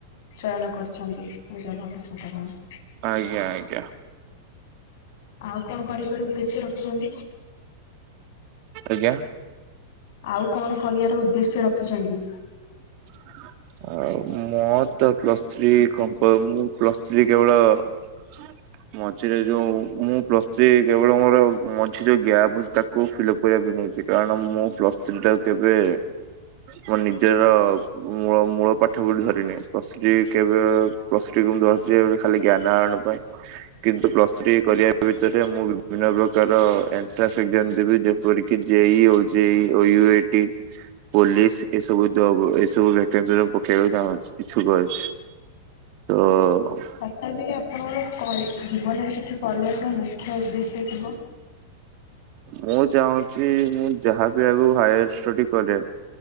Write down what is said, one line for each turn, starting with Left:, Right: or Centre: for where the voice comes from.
Left: ଚୟନ କରୁଛନ୍ତି। ନିଜ ଭବିଷ୍ୟତ ପାଇଁ।
Right: ଆଜ୍ଞା, ଆଜ୍ଞା।
Left: ଆଉ କଣ କର ବାର ଉଦ୍ଦେଶ୍ୟ ରଖିଛନ୍ତି?
Right: ଆଜ୍ଞା।
Left: ଆଉ କଣ କରିବାର ଉଦ୍ଦେଶ୍ୟ ରଖିଛନ୍ତି?
Right: <unintelligible> ଆ ମୋର ତ ପ୍ଲସ୍ ଥ୍ରୀ କ ମ୍ପା ମୁଁ ପ୍ଲସ୍ ଥ୍ରୀ କେବଳ <unintelligible> ମଝିରେ ଯେଉଁ ମୁଁ ପ୍ଲସ୍ ଥ୍ରି କେବଳ ମୋର ମଝି ରେ ଯେଉଁ ଗ୍ୟାପ୍ ଅଛି ତାକୁ ଫିଲ୍ଅପ୍ କରିବାକୁ ନେଉଛି। କାରଣ ମୁଁ ପ୍ଲସ୍ ଥ୍ରୀଟା ତେବେ ମୋ ନିଜର ମୂଳ ମୂଳ ପାଠ ବୋଲି ଧରିନି। ପ୍ଲସ୍ ଥ୍ରୀ କେବେ ପ୍ଲସ୍ ଥ୍ରୀ କୁ ମୁଁ ଧରିଛି ଏବେ। ଖାଲି ଜ୍ଞାନା ଆହାରଣ ପାଇଁ କିନ୍ତୁ ପ୍ଲସ ଥ୍ରୀ କରିବା ଭିତରେ ମୁଁ ବିଭିନ୍ନ ପ୍ରକାର ଏଣ୍ଟ୍ରାନ୍ସ ଏକ୍ଜାମ ଦେବି ପରିକି ଜେଇ, ଓଜେଇ, ଓ ୟୋ ଟି, ପୋଲିସ୍ ଏସବୁ ଜବ୍ ଏ ସବୁ ଭାକେନ୍ସି ଗୁଡା ପକେଇବାକୁ ଚାଁହ୍ନୁଛି, ଇ୍ଛୁକ ଅଛି ତ
Left: ତଥାପି ଆପଣଙ୍କର କରି ଜୀବନରେ କିଛି କରିବାର ମୁଖ୍ୟ ଉଦ୍ଦେଶ୍ୟ ଥିବ?
Right: ମୁଁ ଚାହୁଁଛି ମୁଁ ଯାହାବି ଆଗକୁ ହାୟାର୍ ଷ୍ଟଡି କରେ